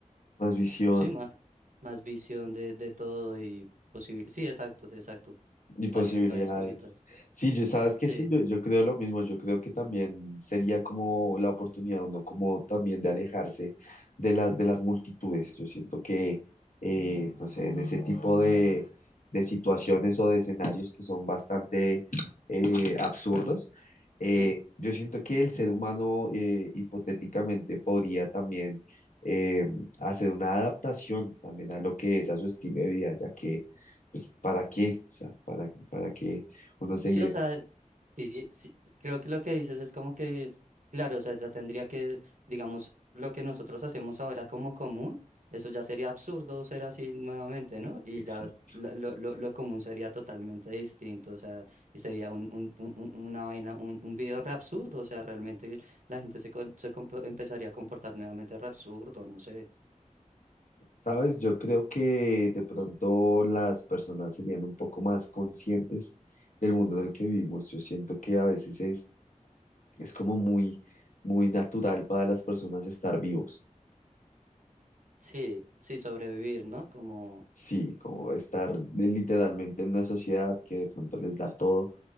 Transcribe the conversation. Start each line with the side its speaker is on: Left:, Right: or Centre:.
Left: más visión.
Right: sí, más, más visión de, de todo y posible. Sí, exacto, exacto.
Left: Y posibilidades.
Right: Varias, varias cositas.
Left: Sí, yo sabes que
Right: Sí,
Left: sí, yo, yo creo lo mismo, yo creo que también sería como la oportunidad, uno como también de alejarse de las, de las multitudes. Yo siento que, eh, no sé, en ese tipo de, de situaciones o de escenarios que son bastante eh, absurdos, eh,
Right: sí.
Left: yo siento que el ser humano eh, hipotéticamente podría también eh, hacer una adaptación también a lo que es a su estilo de vida, ya que pues, ¿para qué? O sea, ¿para, para qué uno seguir?
Right: Sí, o sea, di- sí, creo que lo que dices es como que, claro, o sea, ya tendría que, digamos, lo que nosotros hacemos ahora como común, eso ya sería absurdo ser así nuevamente, ¿no? Y
Left: Exacto.
Right: ya la- lo, lo, lo común sería totalmente distinto, o sea, y sería un, un- un- un- una vaina, un, un video re absurdo, o sea, realmente la gente se, con- se compo- empezaría a comportar nuevamente re absurdo, no sé.
Left: ¿Sabes? Yo creo que de pronto las personas serían un poco más conscientes del mundo en el que vivimos. Yo siento que a veces es, es como muy, muy natural para las personas estar vivos.
Right: Sí, sí, sobrevivir, ¿no? Como...
Left: Sí, como estar de- literalmente en una sociedad que de pronto les da todo,